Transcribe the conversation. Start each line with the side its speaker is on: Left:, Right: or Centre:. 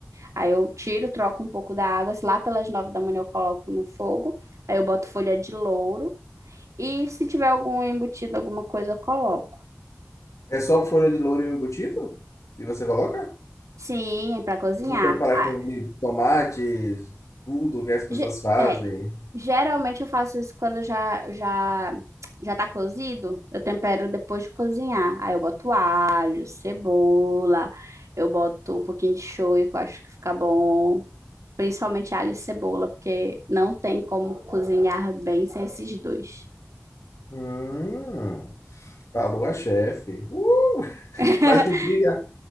Right: Aí eu tiro, troco um pouco da água. Se lá pelas nove da manhã eu coloco no fogo. Aí eu boto folha de louro. E se tiver algum embutido, alguma coisa, eu coloco.
Left: é só folha de louro e o embutido? E você coloca?
Right: Sim, para cozinhar.
Left: Não preparar
Right: Ah,
Left: com tomates, tudo que as pessoas
Right: ge-
Left: fazem.
Right: é, geralmente eu faço isso quando já, já, já tá cozido. Eu tempero depois de cozinhar. Aí eu boto alho, cebola. Eu boto um pouquinho de shoyu, que eu acho que fica bom. Principalmente alho e cebola, porque não tem como cozinhar bem sem esses dois.
Left: Hum, falou a chefe. Uh!
Right: <laughs>
Left: Mas me diga,